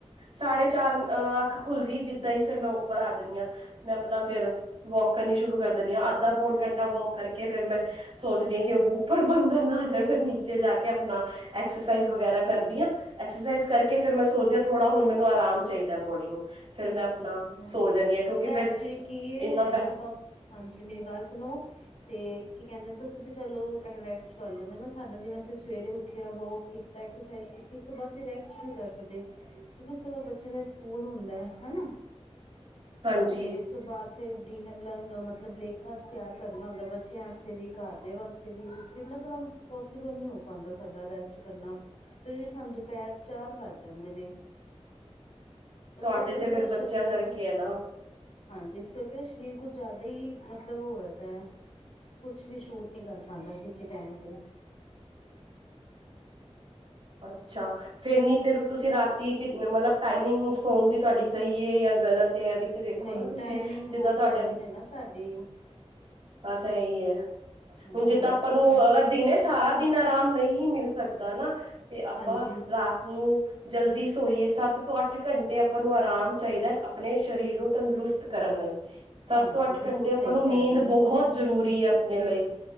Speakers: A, on the right; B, on the left.
A: ਸਾਢੇ ਚਾਰ, ਅ ਅੱਖ ਖੁੱਲਦੀ ਆ, ਜਿੱਦਾਂ ਹੀ ਫੇਰ ਮੈਂ ਉੱਪਰ ਆ ਜਾਂਦੀ ਹਾਂ। ਮੈਂ ਆਪਣਾ ਫੇਰ, ਵੋਕ ਕਰਨੀ ਸ਼ੁਰੂ ਕਰ ਦਿੰਦੀ ਹਾਂ ਅੱਧਾ ਪੌਨ ਘੰਟਾ ਵੋਕ ਕਰਕੇ ਫਿਰ ਮੈਂ ਸੋਚਦੀ ਹਾਂ ਕਿ ਉਹ ਉਪਰ ਬੰਦਰ ਨਾ ਆ ਜਾਏ, ਫਿਰ ਨੀਚੇ ਜਾ ਕੇ ਆਪਣਾ ਐਕਸ ਐਕਸਰਸਾਈਜ਼ ਵਗੈਰਾ ਕਰਦੀ ਹਾਂ, ਐਕਸਰਸਾਈਜ਼ ਕਰਕੇ ਫਿਰ ਮੈਂ ਸੋਚਦੀ ਹਾਂ, ਥੋੜਾ ਹੁਣ ਮੈਨੂੰ ਆਰਾਮ ਚਾਹੀਦਾ ਬੋਡੀ ਨੂੰ ਫਿਰ ਮੈਂ ਆਪਣਾ
B: ਅੱਛਾ,
A: ਸੋ ਜਾਂਦੀ ਹਾਂ ਕਿਉਂਕਿ
B: ਪਤਾ
A: ਫਿਰ
B: ਐਕਚੁਲੀ ਕੀ ਹੈ,
A: ਇੰਨਾ
B: ਹਨਾ
A: ਬੈ
B: ਬ ਹਾਂਜੀ, ਮੇਰੀ ਗੱਲ ਸੁਣੋ ਤੇ ਕੀ ਕਹਿੰਦੇ ਤੁਸੀਂ ਤੇ ਚਲੋ ਰੈਸਟ ਕਰ ਲੈਂਦੇ ਨਾ, ਸਾਡਾ ਜਿਵੇਂ ਅਸੀਂ ਸਵੇਰੇ ਉੱਠਿਆ ਵੋ ਕੀਤਾ ਐਕਸਰਸਾਈਜ਼ ਕੀਤੀ ਉਸ ਤੋਂ ਬਾਅਦ ਅਸੀਂ ਰੈਸਟ ਨਹੀਂ ਕਰ ਸਕਦੇ, ਕਿਉਂਕਿ ਉਸ ਤੋਂ ਬਾਅਦ ਬੱਚਿਆਂ ਦਾ ਸਕੂਲ ਹੁੰਦਾ ਹਨਾ
A: ਹਾਂਜੀ
B: ਤੇ ਉਸ ਤੋਂ ਬਾਅਦ ਫਿਰ ਡਿਨਰ ਲੰ ਮਤਲਬ ਬ੍ਰੇਕਫਾਸਟ ਤਿਆਰ ਕਰਨਾ ਹੁੰਦਾ, ਬੱਚਿਆਂ ਵਾਸਤੇ ਵੀ ਘਰਦੇ ਵਾਸ ਤੇ ਵੀ, ਫਿਰ ਨਾ ਥੋੜਾ ਪੋਸੀਬਲ ਨਹੀਂ ਹੋ ਪਾਉਂਦਾ ਸਾਡਾ ਰੈਸਟ ਕਰਨਾ ਫਿਰ ਵੀ ਸਾਨੂੰ, ਦੁਪਹਿਰ ਚਾਰ ਵੱਜ ਜਾਂਦੇ ਨੇ
A: ਤੁਹਾਡੇ
B: ਇਸ ਕਰਕੇ
A: ਤੇ
B: ਨਾ ਥੋੜਾ
A: ਫਿਰ
B: ਸਰੀਰ
A: ਬੱਚਿਆਂ ਕਰਕੇ ਆ ਨਾ
B: ਹਾਂਜੀ, ਇਸ ਕਰਕੇ ਸਰੀਰ ਕੁਝ ਜ਼ਿਆਦਾ ਹੀ, ਮਤਲਬ ਹੋ ਜਾਂਦਾ ਹੈ ਕੁਛ ਵੀ ਸ਼ੂਟ ਨਹੀਂ ਕਰ ਪਾਉਂਦਾ, ਕਿਸੇ ਟਾਈਮ ਤੇ
A: ਅੱਛਾ। ਫੇਰ ਨੀ ਤੇ ਤੁਸੀਂ ਰਾਤੀ, ਮਤਲਬ ਟਾਈਮਿੰਗ ਸੌਣ ਦੀ ਤੁਹਾਡੀ ਸਹੀ ਹੈ ਜਾਂ ਗ਼ਲਤ ਹੈ ਵੀ। ਤੇ ਵੇਖੋ
B: ਨਹੀਂ
A: ਨਾ ਤੁਸੀਂ,
B: ਟਾਈਮਿੰਗ
A: ਜਿੱਦਾਂ
B: ਬਹੁਤ
A: ਤੁਹਾਡੇ।
B: ਗ਼ਲਤ ਹੈ ਨਾ ਸਾਡੀ
A: ਬਸ ਇਹੀ ਹੈ,
B: ਹਾਂਜੀ
A: ਹੁਣ ਜਿੱਦਾਂ
B: ਰਾਤੀ
A: ਆਪਾਂ ਨੂੰ
B: ਸਾਨੂੰ
A: ਅਗਰ ਦਿਨੇ। ਸਾਰਾ ਦਿਨ ਆਰਾਮ ਨਹੀਂ ਮਿਲ ਸਕਦਾ ਨਾ, ਤੇ ਆਪਾਂ
B: ਹਾਂਜੀ
A: ਰਾਤ ਨੂੰ। ਜਲਦੀ ਸੋਈਏ, ਸੱਤ ਤੋਂ ਅੱਠ ਘੰਟੇ ਆਪਾਂ ਨੂੰ ਆਰਾਮ ਚਾਹੀਦਾ ਆਪਣੇ ਸਰੀਰ ਨੂੰ ਤੰਦਰੁਸਤ। ਕਰਨ ਲਈ। ਸੱਤ
B: ਹਾਂਜੀ
A: ਤੋਂ ਅੱਠ
B: ਬਿਲਕੁਲ
A: ਘੰਟੇ ਆਪਾਂ
B: ਸਹੀ
A: ਨੂੰ
B: ਕਹਿ
A: ਨੀਂਦ
B: ਰਹੇ ਹੋ
A: ਬਹੁਤ ਜ਼ਰੂਰੀ ਹੈ ਆਪਣੇ ਲਈ,